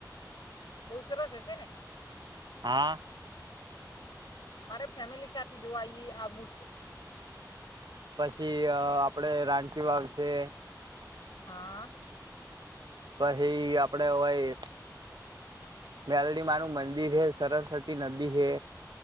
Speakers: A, on the left (about 80°); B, on the right (about 85°).
A: બઉ સરસ હશે ને?
B: હા.
A: મારે ફેમિલી સાથે જોવા ઈ આવું સે.
B: પછી અહ આપડે રાનકીવાવ સે.
A: હા.
B: પહીં આપણે હોય મેલડી માનું મંદિર હે, સરસ્વતી નદી હે.